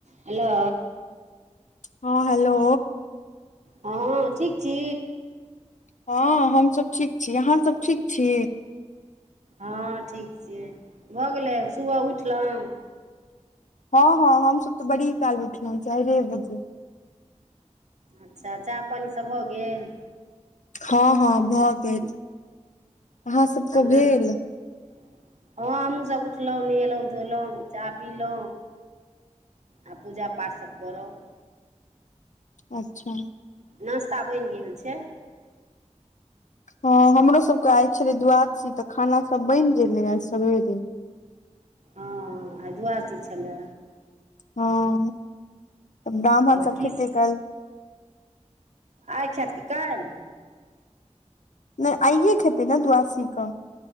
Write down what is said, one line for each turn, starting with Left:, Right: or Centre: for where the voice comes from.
Right: Hello.
Left: ह hello
Right: ह ठीक छी।
Left: ह हमसभ ठीक छी अहाँ सभ ठीक छी
Right: ह ठीक छियै भऽ गेलै सुबह उठलहुँ
Left: ह ह हम सब तऽ बड़ी काल उठलौं चाइरे बजे
Right: अच्छा चाह पानी सब भऽ गेल
Left: हऽहऽ भऽ गेल अहाँ
Right: <unintelligible>
Left: सबके भेल
Right: ह हमहुँ सब उठलौं नेहेलौ धोलौ चाह पिलौ आ पूजा पाठ सभ करब
Left: अच्छा
Right: नाश्ता बैन गेल छै
Left: ह हमरो सब कऽआय छले द्वादशी तऽ खाना सब बैन गैले आए सबेरे
Right: ह आइ द्वादशी छलै
Left: हऽ <inaudible> ब्राह्मण
Right: तब
Left: सब
Right: की
Left: खेतै काइल
Right: आइ खैत की काइल
Left: नै आइये खैते न द्वादशी कऽ